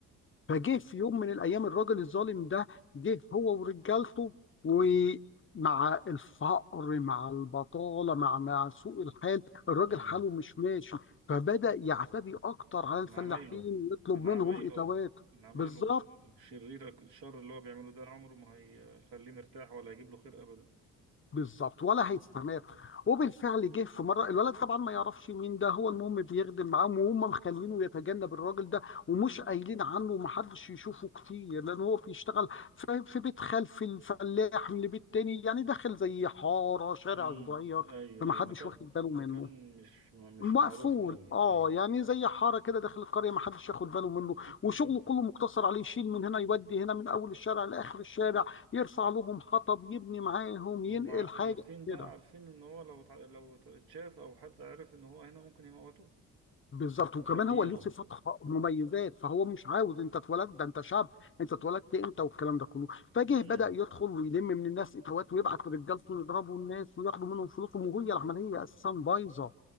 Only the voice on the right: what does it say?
مم.
مم.
من عمايله
من عمايله
من عمايله
الشريرة الشر اللي هو بيعمله ده عمره ما هيخليه مرتاح ولا هيجيب له خير أبدا
مم.
مم.
أيوه
أيوه مكان
مكان
مش مش
معروف قوي
أيوه
<clears throat>
هم عارفين
بقى
عارفين إن هو لو اتع- لو اتشاف أو حد عرف إن هو هنا ممكن يموتوه
مخبيينه
امم